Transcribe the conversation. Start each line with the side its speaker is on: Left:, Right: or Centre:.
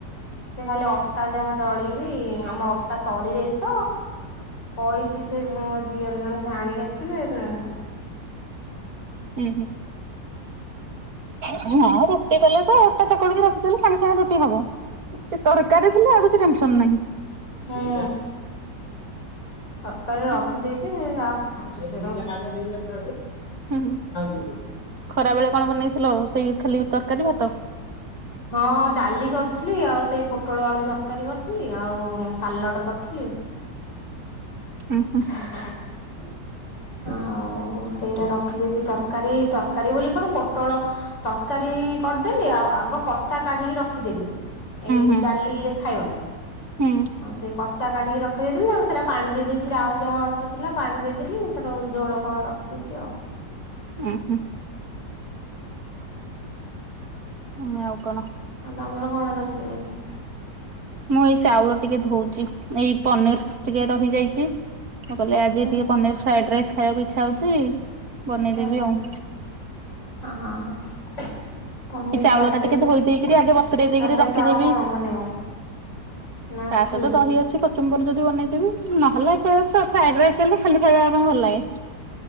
Left: ସେ ଖାଲି ଅଟା ଯାହା ଦଳ ବିି ଆମର ଅଟା ସରିଯାଇ ତ କହିଛି ସେ ଯ ମୋ ଦିଅର ଜଣେ ସେ ଆଣିକି ଆସିବେ ନା
Right: ହୁଁ ହୁଁ <inaudible> ହଁ ରୋଷେଇ କଲେ ତ ା ଚକିକି ରଖିଥିଲେ ସାଙ୍ଗେ ସାଙ୍ଗେ ରୁଟି ହବ ତରକାରୀ ଥିଲେ ଆଉ କିଛି ଟେନସନ ନାହିଁ।
Left: ହଁ ତରକାରୀ ରଖିଦେଇଛି
Right: ହୁଁ
Left: ଯହା ଖାୁ
Right: ହୁଁ
Left: <unintelligible>
Right: ଖରା ବେଳେ କଣ ବନେଇଥିଲ ସେଇ ଖାଲି ତରକାରୀ ଭାତ
Left: ହଁ ଡାଲି କରିଥିଲି ଆଉ ସେଇ ପୋଟଳ ଆଳୁ ତରକାରୀ କରିଥିଲି ଆଉ ସାଲଟ କରିଥିଲି।
Right: ଓ ହୋ
Left: ହଁ <inaudible> ଆଉ ସେଇଟା ରଖିଦେଇଛି ତରକାରୀ ତରକାରୀ ବୋଲି କଣ ପୋଟଳ ତରକାରୀ କରିଦେଲି ଆଉ ଆଗ କଷା କାଢିକି ରଖିଦେଲି ଏଇ
Right: ହୁଁ ହୁଁ।
Left: ଡାଲିରେ ଖାଇବାକୁ
Right: ହୁଁ
Left: ସେ କଷା କାଢିକି ରଖିଦେଇି ଆଉ ସେଇଟା ପାଣି ଦେଇେଇଥିଲେି ଆଉ ଯାହା ଅଳ୍ପ ଥିଲା ପାଣି ଦେଇଦେି ସେଟ ଝୋଳକ ର ଦେଇଛି ଆଉ
Right: ହ ହଁ ହୁଁ ଆଉ କଣ
Left: ଆଉ ଗତମର କଣ ରୋଷେଇ ଆଜି।
Right: ମୁଁ ଏଇ ଚାଉଳ ଟିକେ ଧଉଛି ଏଇ ପନିର୍ ଟିକେ ରହିଯାଇଛି। କହିଲେ ଆଜି
Left: ହୁଁ
Right: ଟିକେ
Left: ହୁଁ
Right: ପନିର ଫ୍ରାଏଡ ରାଇସ୍ ଖାଇବାକୁ ଇଚ୍ଛା ହଉଛି ବନେଇଦେବି
Left: ହୁଁ
Right: ଆଉ
Left: ହଁ ହଁ ହଁ <inaudible> ପନିର
Right: ଏ ଚାଉଳ
Left: ଫ୍ରାଇଡ୍
Right: ଟା
Left: ରାଇସ୍
Right: ଟିକେ ଧୋଇ ଦେଇକିରି
Left: ତା
Right: ଆଗେ ବତୁରେଇ ଦେଇକିରି
Left: ସହିତ
Right: ରଖିଦେବି।
Left: ଆଉ କଣ ବନେଇବ। ନା
Right: ତା
Left: ଖାଲି
Right: ସହିତ ଦହି ଅଛି। କଚମ୍ବର ଯଦି ବନେଇଦବି ନହେଲେ ଫ୍ରାଇଡ ରାଇସ୍ଲେ ଖାଲି ଖାଇବା ପାଇଁ ଭଲ ଲାଗେଛି।